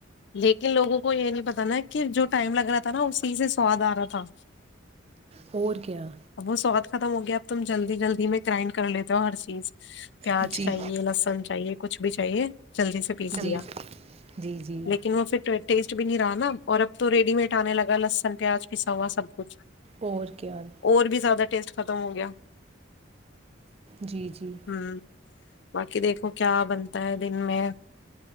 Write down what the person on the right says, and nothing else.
اور کیا
جی
جی
جی
جلدی سے۔ جی جی
اور کیاتے ہیں <unintelligible>
جی جی